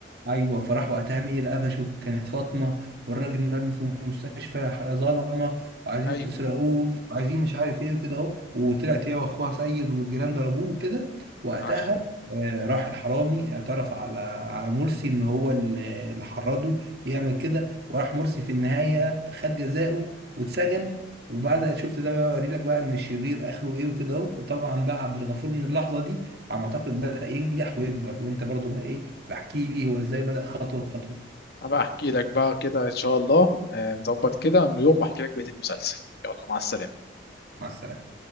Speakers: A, on the right; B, on the left.
A: ايوه فراح وقتها مين اللي قفشه كانت فاطمه والراجل مرمي في المستشفى ح- ظلمه وعايزين
B: ايوه
A: تسرقوه وعايزين مش عارف ايه وكده اهو وطلعت هي واخوها سيد والجيران ضربوه وكده وقتها
B: صح
A: آه، راح الحرامي اعترف على على مرسي ان هو ال- اللي حرضه يعمل كده وراح مرسي في النهايه خد جزاؤه واتسجن وبعد شفت ده بقى اوري لك بقى ان الشرير اخره ايه وكده اهو وطبعا بقى عبد الغفور من اللحظه دي على ما اعتقد بدأ ينجح ويكبر وانت برضو بقى ايه بحكي لي هو ازاي بدأ خطوة بخطوة
B: هبقى احكي لك بقى كده ان شاء الله آه، نظبط كده يوم واحكي لك بقيه المسلسل يلا مع السلامه
A: مع السلامة